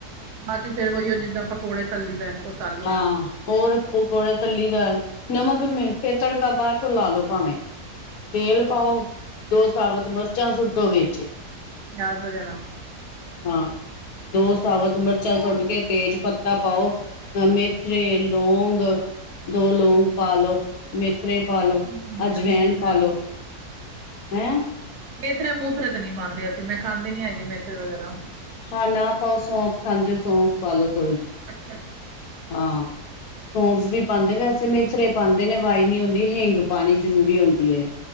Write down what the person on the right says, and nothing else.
ਬਾਚੋ ਫੇਰ ਵੋਈ ਓ ਜਿੱਦਾਂ ਪਕੌੜੇ ਤੱਲੀ ਦਾ, ਓ ਤੱਲ ਲੋ।
<inaudible>
ਮੇਥਰੇ
ਮੇਥਰੇ-ਮੂਥਰੇ ਤੇ ਨੀ ਪਾਂਦੇ ਅਸੀ, ਮੈਂ ਖਾਂਦੀ ਨੀ ਹੈਗੀ ਮੇਥਰੇ ਵਗੈਰਾ।
ਅੱਛਾ।